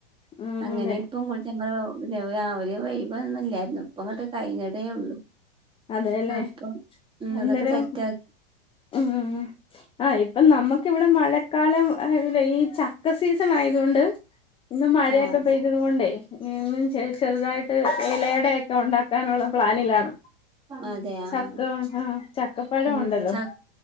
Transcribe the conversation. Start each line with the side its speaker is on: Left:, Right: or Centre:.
Left: ഉം
Right: അങ്ങനെ
Left: അതെ
Right: ഇപ്പം കുളിച് രാവിലെ ഒഴിവ് ഒന്നും ഇല്ലായിരുന്നു ഇപ്പ അങ്ങോട്ട് കഴിഞ്ഞിട്ടേ ഉള്ളു
Left: അതെല്ലേ
Right: അപ്പൊ ഉം
Left: അന്നേരം
Right: അതൊക്കെ സെറ്റാക്കി
Left: ഉം ആഹ് ഇപ്പൊ നമ്മുക്ക ഇവിടെ മഴക്കാലം അല്ലേ ഈ ചക്ക സീസൺ ആയതുകൊണ്ട് ഇന്നും മഴയൊക്കെ
Right: ആഹ്
Left: പെയ്തത് കൊണ്ടേ ഇന്നും ചെറുതായിട്ട് ഇലയടയൊക്കെ ഉണ്ടാക്കി ഉണ്ടാക്കനുള്ള പ്ലാനിലാണ്
Right: അതെ ആഹ്
Left: ചക്ക ചക്കപ്പഴം ഉണ്ടല്ലോ
Right: ചക്ക